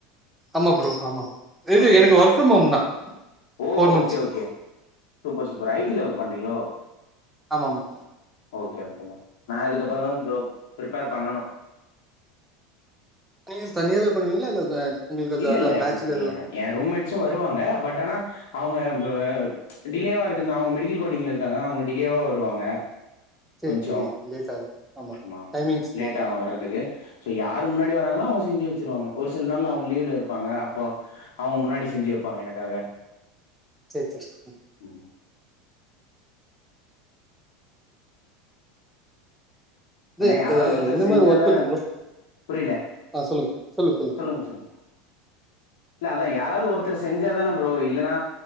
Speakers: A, in the centre; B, on the left.
A: ஆமா ப்ரோ ஆமா இது
B: ஓகே
A: எனக்கு
B: ஓகே
A: ஒர்க் ஃப்ரம் ஹோம் தா
B: ஓ
A: four months
B: okay okay super super ஐ டில ஒர்க் பண்றீங்களோ
A: ஆமா ஆமா
B: ஓகே ஓகே ப்ரோ நா இதுக்கப்பறோதா ப்ரோ ப்ரிப்பேர் பண்ணணு
A: நீங்க தனியாத பண்ணுவீங்களா இல்ல பே ந்த
B: இல்ல
A: ந்த
B: இல்ல
A: த பேச்சலரு
B: எ ரூம்மேட்சு வருவாங்க பட் ஆனா அவங்க அ டிலேவா இருக்கு அவங்க மெடிக்கல் கோடிங்ல இருக்காங்க அவங்க டிலேவா வருவாங்க
A: சேரி
B: கொஞ்சோ
A: சேரி லேட் ஆகு
B: ஆமா ஆமா
A: டைமிங்ஸ்
B: லேட்ட
A: மாறு
B: ஆகு வர்றதுக்கு சோ யாரு முன்னாடி வராங்களோ அவங்க செஞ்சு வச்சருவாங்க ஒரு சில நாள்ல அவங்க லீவ்ல இருப்பாங்க அப்போ அவ்ங்க முன்னாடி செஞ்சு வெப்பாங்க எனக்காக
A: செ செரி ம்
B: ம்
A: இது
B: ஏன்னா யாராவது
A: அ
B: ஒருத்தர்
A: இந்த
B: செஞ்சாதான
A: மாரி ஒர்க் இருக்கு ப்ரோ
B: புரியல
A: ஆ சொல்லுங் சொல்லுங் சொல்லுங்
B: சொல்லுங்க சொல்லுங்க இல்ல அதா யாரவது ஒருத்தர் செஞ்சாதான ப்ரோ இல்லைன்னா